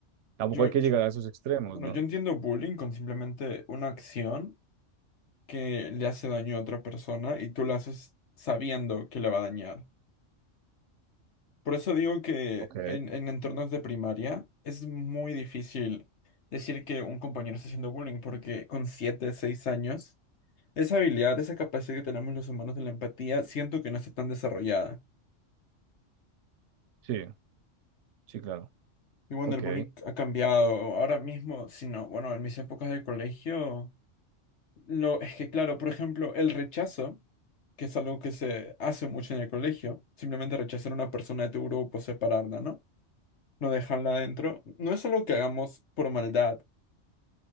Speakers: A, on the right; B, on the left.
A: Tampoco
B: Yo,
A: hay que
B: yo-
A: llegar a esos extremos,
B: bueno,
A: ¿no?
B: yo entiendo bullying con simplemente una acción que le hace daño a otra persona y tú la haces sabiendo que le va a dañar. Por eso digo que
A: Ok,
B: en, en entornos de primaria es muy difícil decir que un compañero está haciendo bullying, porque con 7 6 años, esa habilidad, esa capacidad que tenemos los humanos de la empatía, siento que no está tan desarrollada.
A: sí, sí, claro.
B: Y bueno,
A: Ok,
B: el bullying ha cambiado. Ahora mismo, si no, bueno, en mis épocas de colegio, lo, es que claro, por ejemplo, el rechazo, que es algo que se hace mucho en el colegio, simplemente rechazar a una persona de tu grupo, separarla, ¿no? no dejarla adentro, no es algo que hagamos por maldad,